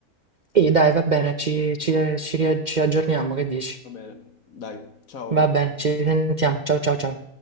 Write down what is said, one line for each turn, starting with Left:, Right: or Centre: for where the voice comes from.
Right: Sì, dai, va bene, ci ci- ci ri- ci aggiorniamo, che dici?
Left: Va bene, dai, ciao.
Right: Va bene, ci sentiamo. Ciao ciao ciao.